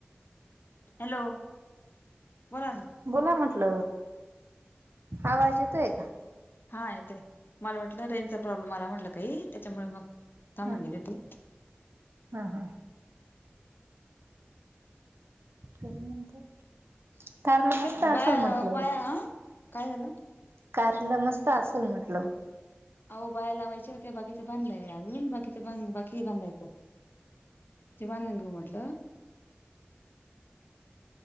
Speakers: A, on the left (about 60°); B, on the right (about 75°).
A: हॅलो बोला ना.
B: बोला म्हंटल आवाज येतोय का?
A: हा येते मला वाटलं रेंजचा प्रॉब्लेम आला म्हटलं काही त्याच्यामुळे मग थांबून
B: हा
A: गेले होती.
B: हा हा नंतर कारला
A: ते
B: मस्त असेल
A: बाया
B: म्हंटलं?
A: बाया हा काय झालं?
B: कारला मस्त असेल म्हटलं?
A: अहो बाया लावायच्या होत्या बाकीच बांधलं आहे अजुन बाकीच ते ब बाकीय बाधायच ते बांधून घेऊ म्हटलं.